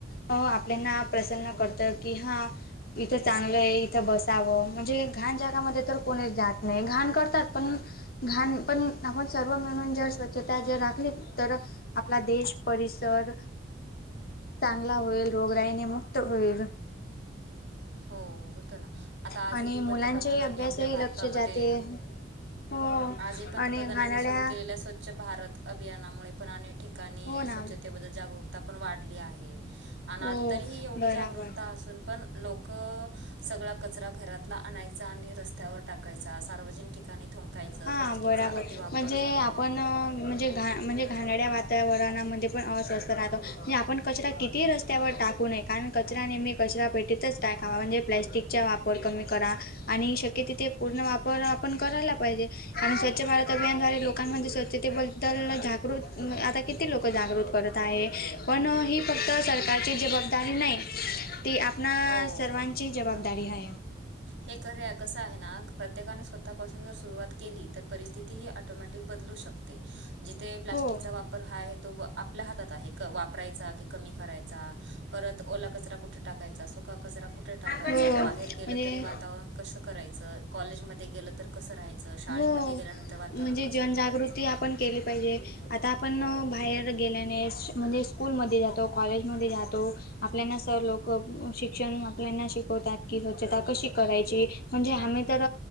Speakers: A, on the left; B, on the right.
A: आपल्याना प्रसन्न करत. की हा इथ चांगल आहे इथ बसावं म्हणजे घण जगामध्ये तर. कोणी जात नाही घाण करतात. पण घाण पण आपण सर्व मिणून जर स्वच्छता जर राखली तर. आपला देश परिसर चांगला होईल रोगराईने मुक्त होईल.
B: हो होत ना आता आजही
A: आणि मुलांच्याही
B: पंतप्रधानांनी
A: अभ्यासही
B: आपल्या भारतामध्ये.
A: लक्ष जाते. हो
B: आजही पंतप्रधानांनी
A: आणि घाणेरड्या
B: सुरू केलेल्या स्वच्छ भारत अभियानामुळे पण अनेक ठिका ठिका
A: हो ना
B: स्वच्छतेबद्दल जागरूकता पण वाढली आहे. आणि
A: हो
B: आज तरीहीी एवढी
A: बराबर
B: जागरूकता असून पण. लोक सगळा कचरा घरातला आणायचा आणि रस्त्यावर टाकायचा सार्वजनिक ठिकाणी.. थुंकायचं
A: हा
B: प्लास्टिकचा
A: बराबर
B: अतिवापर
A: म्हणजे
B: झालो
A: आपण
B: आहे
A: म्हणजे घा म्हणजे घाणाळ्या वातावरणामध्ये पण अस्वस्थ राहतो म्हणजे आपण कचरा किती रस्त्यावर टाकू नये. कारण कचरा नेहमी कचरा पेटीतच टय खावा म्हणजे प्लॅस्टिकचा वापर कमी करा. आणि शक्य तिथ ते पूर्ण वापर आपण करायला पाहिजे कारण स्वच्छ भारत
B: हो
A: अभियानद्वारे लोक. दकान म्हणजे स्वच्छतेबद्दल जागृत आता किती लोक जागृत करत आहे. पण ही फक्त सरकारची जबाबदारी नाही. ती आपणा
B: हो
A: सर्वांची जबाबदारी
B: बरोबर
A: आहे.
B: हे खे कसं आहे ना प्रत्येकाने स्वतःपासून जर सुरुवात केली तर परिस्थितीही ऑटोमॅटिक. ते बदलू शकते. जिथे प्लास्टिकचा
A: हो
B: वापर हा आहे तो आपल्या हातात आहे क वापरायचा की कमी करायचा. परत ओला कचरा कुठे टाकायचा सुका कचरा कुठे टाकायचा
A: हो
B: बाहेर गेलं
A: म्हणजे
B: तरी वातावरण. कस करायच कॉलेजमध्ये गे तर. कसं राहायचं, शाळेमध्ये
A: हो
B: गेल्यानंतर वातावरण
A: म्हणजे
B: कसं
A: जनजागृती
B: ठेवायचं.
A: आपण केली पाहिजे आता आपण
B: हो,
A: बाहेर. गेल्याने म्हणजे स्कूलमध्ये जातो कॉलेजमध्ये जातो आपल्याना सर लोक शिक. शिक्षण आपल्याना शिकवतात की स्वच्छता कशी करायची म्हणजे आम्ही तर